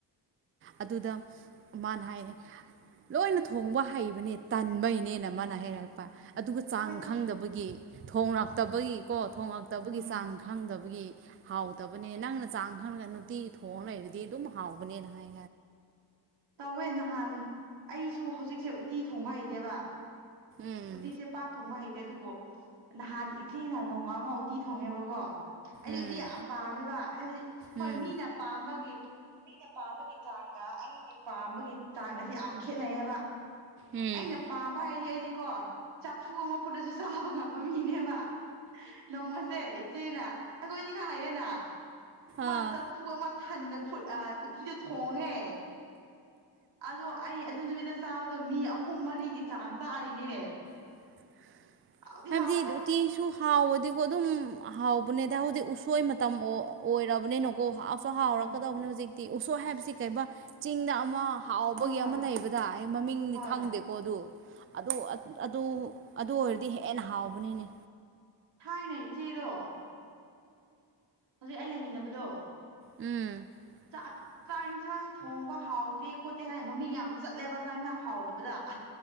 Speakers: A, on the right; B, on the right.
A: ꯑꯗꯨꯗ ꯃꯥꯅ ꯍꯥꯏꯌꯦ ꯂꯣꯏꯅ ꯊꯣꯡꯕ ꯍꯩꯕꯅꯦ ꯇꯟꯕꯩꯅꯦꯅ ꯃꯥꯅ ꯍꯩꯔꯛꯄ ꯑꯗꯨꯒ ꯆꯥꯡ
B: ꯍꯣꯏ ꯆ
A: ꯈꯪꯗꯕꯒꯤ ꯊꯣꯡꯂꯛꯇꯕꯒꯤꯀꯣ ꯊꯣꯡꯂꯛꯇꯕꯒꯤ
B: ꯎꯝ
A: ꯆꯥꯡ ꯈꯪꯗꯕꯒꯤ ꯍꯥꯎꯇꯕꯅꯦ ꯅꯪꯅ ꯆꯥꯡ ꯈꯪꯉꯒ ꯅꯨꯡꯇꯤꯒꯤ ꯊꯣꯡ ꯂꯩ ꯑꯗꯨ ꯑꯗꯨꯝ ꯍꯥꯎꯕꯅꯤꯅ ꯍꯥꯏ
B: ꯇꯧꯋꯦ ꯅꯍꯥꯟ ꯑꯩꯁꯨ ꯍꯧꯖꯤꯛꯁꯦ ꯎꯠꯇꯤ ꯊꯣꯡꯕ ꯍꯩꯇꯦꯕ
A: ꯎꯝ
B: ꯎꯇꯤꯁꯦ ꯄꯥꯛ ꯊꯣꯡꯕ ꯍꯩꯇꯦ ꯑꯗꯨꯕꯨ ꯅꯍꯥꯟ ꯏꯆꯦ ꯅꯣꯡꯃ ꯑꯃ ꯎꯇꯤ ꯊꯣꯡꯉꯦꯕꯀꯣ ꯑꯩꯗꯤ
A: ꯎꯝ
B: ꯎꯇꯤ ꯌꯥꯝ ꯄꯥꯝꯃꯦꯕ ꯍꯥꯏꯕꯗꯤ ꯍꯣꯏ
A: ꯎꯝ
B: ꯃꯤꯅ ꯄꯥꯝꯕꯒꯤ ꯃꯤꯅ ꯄꯥꯝꯕꯒꯤ ꯆꯥꯡꯒ ꯑꯩꯒꯤ ꯄꯥꯝꯕꯒꯤ ꯆꯥꯡꯒꯁꯦ ꯌꯥꯝ ꯈꯦꯠꯅꯩꯌꯦꯕ
A: ꯎꯝ
B: ꯑꯩꯅ ꯄꯥꯝꯕ ꯍꯥꯏꯗꯤ ꯑꯩꯗꯤꯀꯣ ꯆꯐꯨ ꯑꯃ ꯐꯨꯠꯂꯁꯨ ꯆꯥꯕ ꯉꯝꯃꯦ ꯃꯤꯅꯦꯕ ꯅꯣꯡꯃꯁꯦ ꯏꯆꯦꯅ ꯑꯩꯈꯣꯏ ꯑꯅꯤ ꯈꯛ ꯂꯩꯌꯦꯅ ꯃꯥ
A: ꯑꯥ
B: ꯆꯐꯨ ꯑꯃ ꯊꯟꯅ ꯐꯨꯠ ꯑ ꯎꯠꯇꯤꯗꯣ ꯊꯣꯡꯉꯦ ꯑꯗꯨ ꯑꯩ ꯑꯗꯨ ꯅꯨꯃꯤꯠꯇ ꯆꯥꯕꯗꯣ ꯃꯤ ꯑꯍꯨꯝ ꯃꯔꯤꯒꯤ ꯆꯥꯡ ꯆꯥꯔꯤꯅꯤꯅꯦ
A: <unintelligible>
B: ꯍꯥꯎꯗꯤ
A: ꯍꯥꯏꯕꯗꯤ
B: ꯍꯥꯎꯋꯦꯍꯦ
A: ꯎꯇꯤꯁꯨ ꯍꯥꯎꯕꯗꯤꯀꯣ ꯑꯗꯨꯝ ꯍꯥꯎꯕꯅꯦꯗ ꯍꯧꯗꯤꯛ ꯎꯁꯣꯏ ꯃꯇꯝ ꯑꯣꯏꯔꯕꯅꯤꯅ <inaudible> ꯍꯥꯎꯔꯛꯀꯗꯧꯕꯅꯤ
B: ꯍꯣꯏ
A: ꯍꯧꯖꯤꯛꯇꯤ ꯎꯁꯣꯞ ꯍꯥꯏꯕꯁꯤ
B: ꯑꯁ
A: ꯀꯩꯝꯕ ꯆꯤꯡꯗ ꯑꯃ ꯍꯥꯎꯕꯒꯤ
B: ꯍꯣꯏ ꯍꯣꯏ
A: ꯑꯃ ꯂꯩꯕꯗ ꯑꯩ ꯃꯃꯤꯡꯗꯤ
B: ꯍꯣꯏ
A: ꯈꯪꯗꯦꯀꯣ ꯑꯗꯨ ꯑꯗꯨ ꯑꯗꯨ ꯑꯣꯏꯔꯗꯤ ꯍꯦꯟꯅ ꯍꯥꯎꯕꯅꯤꯅꯦ
B: ꯊꯥꯏꯅ ꯏꯆꯦꯗꯣ ꯍꯧꯖꯤꯛ ꯑꯩ ꯂꯩꯃꯤꯟꯅꯕꯗꯣ
A: ꯎꯝ
B: ꯆꯥꯛ
A: <unintelligible>
B: ꯆꯥꯛ ꯌꯦꯟꯁꯥꯡ ꯊꯣꯡꯕ ꯍꯥꯎꯇꯦ ꯈꯣꯠꯇꯦ ꯍꯥꯏꯅ ꯃꯃꯤꯡ ꯌꯥꯝ ꯆꯠꯂꯦꯕ ꯆꯥꯛ ꯌꯦꯟꯁꯥꯡ ꯍꯥꯎꯇꯕꯗ